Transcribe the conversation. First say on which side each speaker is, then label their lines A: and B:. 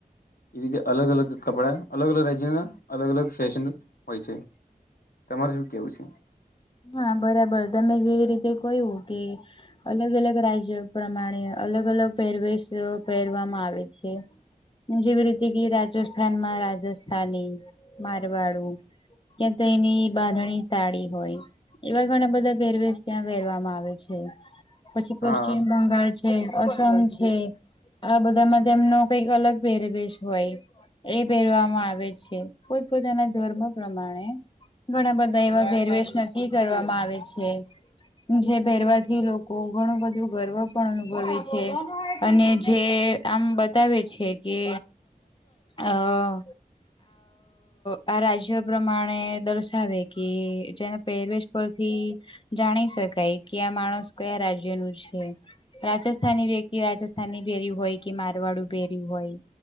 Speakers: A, on the left (about 75°); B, on the left (about 35°).
A: ઇજે અલગ અલગ કપડાં અલગ અલગ રાજ્યના અલગ અલગ ફેશન હોય છે. તમારે શું કેવું છે.
B: હા બરાબર તમે જેવી રીતે કહ્યું કે. અલગ અલગ રાજ્યો પ્રમાણે અલગ અલગ પહેરવેશ પહેરવામાં આવે છે. જેવી રીતે કે રાજસ્થાન માં રાજસ્થાની મારવાડું. કા તો એની બાંધણી સાડી હોય એવા ઘણા બધા પહેરવેેશ ત્યાં પહેરવામાં આવે છે. પછી પશ્ચિમ
A: હા
B: બંગાળ છે, અસમ છે આ બધામાં તેમનો કઈક અલગ પહેરવેશ હોય એ પહેરવામાં આવે છે. પોતપોતાના ધર્મો પ્રમાણે ઘણા બધા એવા પેરવેશના. <unintelligible> કરવામાં આવે છે જે પહેરવાથી લોકો ઘણું બધું ગર્વ. પણ અનુભવે છે અને જે આમ બતાવે છે કે. અ અહ આ રાજ્ય પ્રમાણે દર્શાવે કે જેના પહેરવેશ પરથી જાણી શકાય કે આ માણસ કયા રાજ્ય નું છે. રાજસ્થાની વ્યક્તિ રાજસ્થાની પહેરી હોય કે મારવાડું પહેર યું હોય,